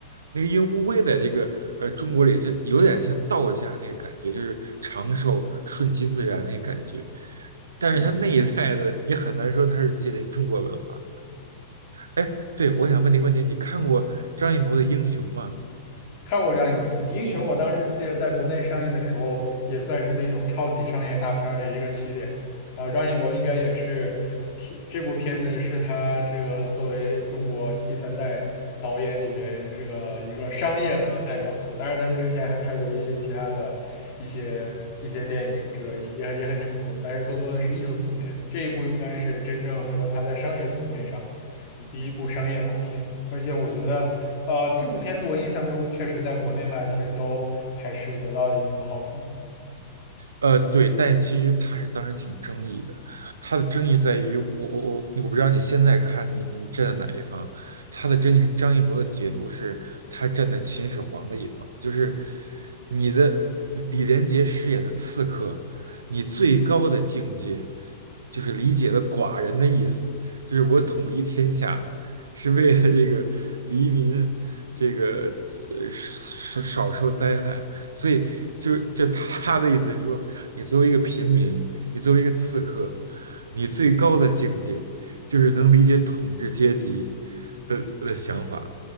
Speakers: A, on the right; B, on the left.
A: 那个因为乌龟在这个呃中国里就有点像道家那个感觉，就是长寿顺其自然那个感觉，但是它内在的你很难说它是借鉴中国文化。
B: 嗯。
A: 哎，对，我想问你个问题，你看过张艺谋的《英雄》吗？
B: 看过张艺谋部英雄，英雄我当时记得在国内上映的时候，也算是那种超级商业大片儿的一个起点。啊，张艺谋应该也是片这部片子是他这个作为中国第三代导演里边这个一个商业的代表作。当然，他在之前还拍过一些其他的一些一些电影，这个也也很成功，但是更多的是艺术层面的。这一部应该是真正说他在商业层面上。第一部商业大片，而且我觉得，呃，这部片子我印象中确实在国内外其实都还是得到了一定的好评。
A: 呃，对，但其实他是当时挺争议的，他的争议在于我我我我不知道你现在看你你站在哪一方，他的争议是张艺谋的解读是他站在秦始皇的一方，就是你的李连杰饰演的刺客，你最高的境界就是理解了寡人的意思，就是我统一天下是为了这个黎民这个呃少少少受灾害。所以就就他的意思是说，你作为一个平民，你作为一个刺客，你最高的境界就是能理解统治阶级的的想法。